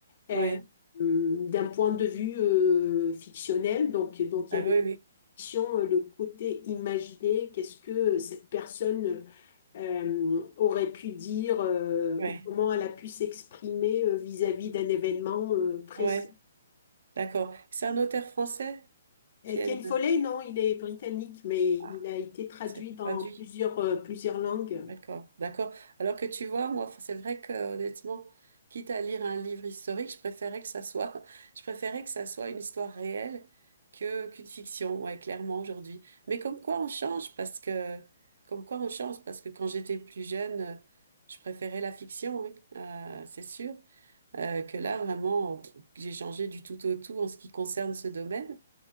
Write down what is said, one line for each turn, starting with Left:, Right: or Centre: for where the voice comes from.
Left: euh,
Right: oui,
Left: euh, d'un point de vue euh, fictionnel. Donc, donc
Right: ah
Left: il y a le
Right: oui, oui,
Left: fiction, euh, le côté imaginé, qu'est-ce que cette personne euh, aurait pu dire euh,
Right: Oui.
Left: ou comment elle a pu s'exprimer euh, vis-à-vis d'un événement euh, précis.
Right: ouais, d'accord. C'est un auteur français qui
Left: Euh,
Right: aide.
Left: Ken Follet, non, il est britannique, mais
Right: Ah,
Left: il a été traduit
Right: c'est
Left: dans
Right: traduit.
Left: plusieurs, euh, plusieurs langues.
Right: D'accord, d'accord. Alors que tu vois, moi, c'est vrai que honnêtement, quitte à lire un livre historique, je préférais que ça soit, <laughs> je préférais que ça soit une histoire réelle que qu'une fiction, ouais, clairement aujourd'hui. Mais comme quoi on change, parce que, comme quoi on change, parce que quand j'étais plus jeune, euh, je préférais la fiction, oui, euh, c'est sûr, euh, que là vraiment, j'ai changé du tout au tout en ce qui concerne ce domaine.